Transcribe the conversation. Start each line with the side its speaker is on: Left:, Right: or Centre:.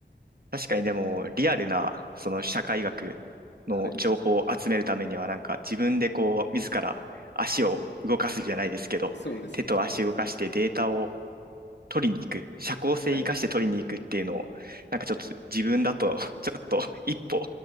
Right: 確かにでも、リアルな、その社会学の情報を集めるためには、
Left: はい、
Right: なんか自分でこう、自ら足を動かすじゃないですけど、
Left: そうですね。
Right: 手と足動かしてデータを取りに行く、社交性生かして取りに行くっていうのを、
Left: はい、
Right: なんかちょっと自分だと、<laughs> ちょっと一歩